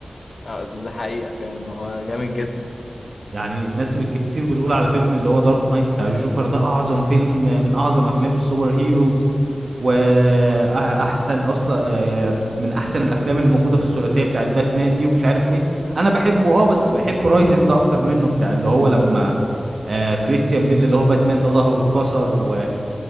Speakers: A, on the left (about 65°); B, on the right (about 75°).
A: آه، ده ده حقيقة فعلا هو جامد جدا
B: يعني الناس كتير بتقول على فيلم اللي هو دارك نايت بتاع الجوكر ده اعظم فيلم من اعظم افلام السوبر هيروز واحسن اصلا آه، من احسن الافلام اللي موجوده في الثلاثيه بتاعت باتمان دي ومش عارف ايه انا بحبه اه بس بحب رايزز ده اكتر منه بتاع اللي هو لما آه، كريستيان بيل اللي هو باتمان ده ظهره اتكسر و